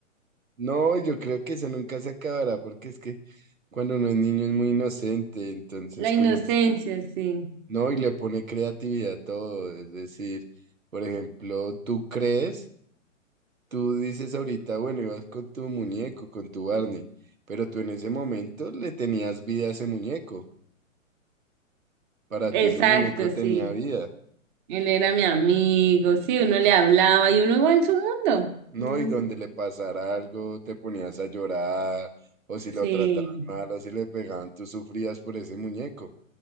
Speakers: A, on the right; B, on the right.
A: No, yo creo que eso nunca se acabará porque es que cuando uno es niño es muy inocente, entonces
B: La
A: como
B: inocencia,
A: que
B: sí.
A: no, y le pone creatividad a todo, es decir, por ejemplo, tú crees, tú dices ahorita, bueno, ibas con tu muñeco, con tu Barney, pero tú en ese momento le tenías vida a ese muñeco, para
B: Exacto,
A: ti ese muñeco
B: sí.
A: tenía vida,
B: Él era mi amigo, sí, uno le hablaba y uno iba en su mundo.
A: ¿no?
B: Mm,
A: Y donde le pasara algo, te ponías a llorar, o si lo
B: sí.
A: trataban mal, o si le pegaban, tú sufrías por ese muñeco.